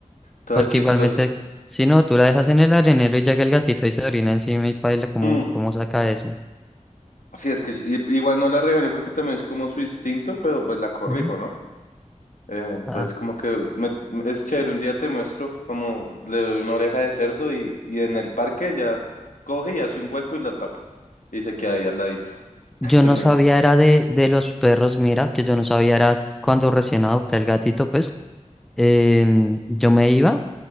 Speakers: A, on the left; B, in the centre.
A: Toda
B: porque
A: chistosa.
B: igualmente, si no, tú la dejas en el arenero y llega el gatito y se orina encima y paila, ¿cómo,
A: Mm,
B: cómo saca eso?
A: Sí, es que yo- i- igual no la regaño porque también es como su instinto, pero pues la corrijo,
B: Ujú.
A: ¿no? Eh, entonces,
B: Ah,
A: como que me- es chévere, un día te muestro como le doy una oreja de cerdo y, y en el parque ya coge y hace un hueco y la tapa. Y se queda ahí al ladito.
B: yo
A: <laughs> Es
B: no
A: muy
B: sabía
A: chévere.
B: era de, de los perros, mira, que yo no sabía era cuando recién adopté el gatito, pues, em, yo me iba.